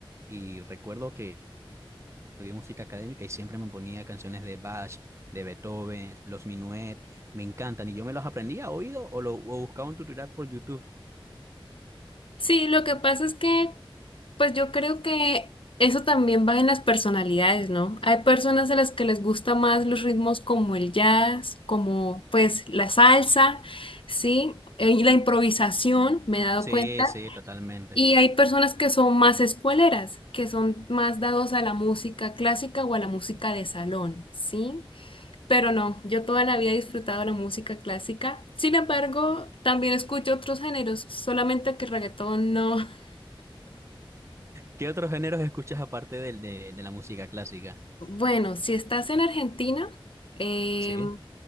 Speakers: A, on the right; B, on the left.
A: Y recuerdo que estudié música académica y siempre me ponía canciones de Bach, de Beethoven, los Minuet, me encantan y yo me los aprendía a oído o lo o buscaba un tutorial por YouTube.
B: sí, lo que pasa es que, pues yo creo que eso también va en las personalidades, ¿no? Hay personas a las que les gusta más los ritmos como el jazz, como pues la salsa, ¿sí? Eh, Y la improvisación, me he dado
A: Sí,
B: cuenta.
A: sí, totalmente.
B: Y hay personas que son más escueleras, que son más dados a la música clásica o a la música de salón, ¿sí? Pero no, yo toda la vida he disfrutado la música clásica. Sin embargo, también escucho otros géneros, solamente que reggaetón no. <laughs>
A: ¿Qué otros géneros escuchas aparte del, de, de la música clásica?
B: Bueno, si estás en Argentina, eh,
A: ¿Sí?